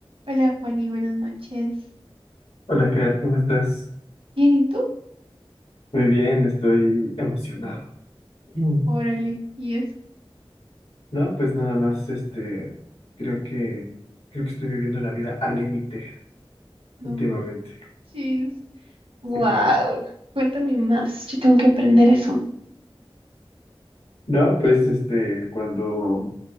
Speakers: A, on the right (about 70°); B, on the left (about 80°).
A: Hola, Juani, buenas noches.
B: Hola, Kat, ¿cómo estás?
A: ¿Bien y tú?
B: Muy bien, estoy emocionado. Mm.
A: Órale, y eso,
B: No, pues nada más, este, creo que, creo que estoy viviendo la vida al límite
A: no
B: últimamente.
A: manches. Wow,
B: Sí.
A: cuéntame más, yo tengo que aprender eso.
B: No, pues este, cuando